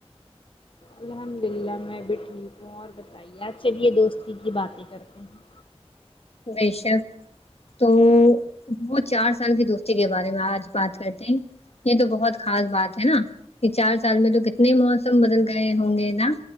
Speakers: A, on the left; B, on the left.
A: الحمد للہ میں بھی ٹھیک ہوں اور بتائیے آج چلیے دوستی کی باتیں کرتے ہیں
B: بے شک تو وہ چار سال کی دوستی کے بارے میں آج بات کرتے ہیں یہ تو بہت خاص بات ہے نا کہ چار سال میں تو کتنے موسم بدل گئے ہوں گے نا